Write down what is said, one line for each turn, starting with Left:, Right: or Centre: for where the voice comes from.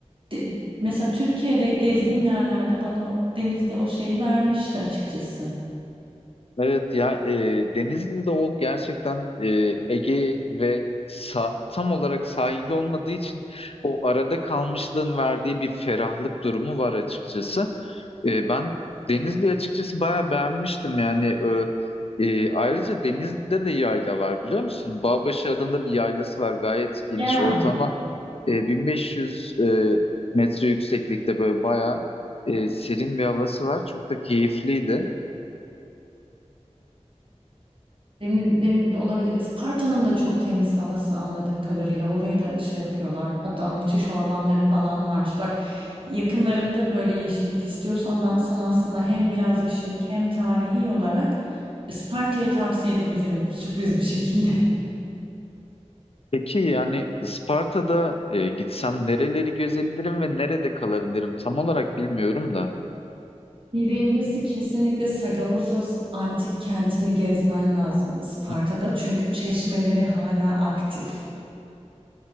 Right: De- mesela Türkiye'de gezdiğim yerlerde bana o- denizde o şeyi vermişti açıkçası.
Left: Evet ya e, Denizli'de o gerçekten e, Ege ve sa- tam olarak sahili olmadığı için o arada kalmışlığın verdiği bir ferahlık durumu var açıkçası. E, ben Denizli'yi açıkçası bayağı beğenmiştim yani. e, e, ayrıca Denizli'de de yayla var biliyor musun? Bağbaşı adında bir yaylası var gayet geniş
Right: Ya.
Left: ortama e, 1500 e, metre yükseklikte böyle bayağı e, serin bir havası var çok da keyifliydi.
Right: Deniz, deniz olabilir. Isparta'nın da çok temiz havası anladığım kadarıyla. Orayı da şey yapıyorlar. Hatta müthiş ormanları falan varmış. Bak yakınlarında böyle yeşillik istiyorsan ben sana aslında hem biraz yeşillik hem tarihi olarak Isparta'yı tavsiye edebilirim sürpriz bir şekilde. <laughs>
Left: Peki yani Isparta'da e, gitsem nereleri gezebilirim ve nerede kalabilirim? Tam olarak bilmiyorum da.
Right: Birincisi kesinlikle Sagalassos antik kentini gezmen lazım Isparta'da.
Left: Hı.
Right: Çünkü çeşmeleri hala aktif.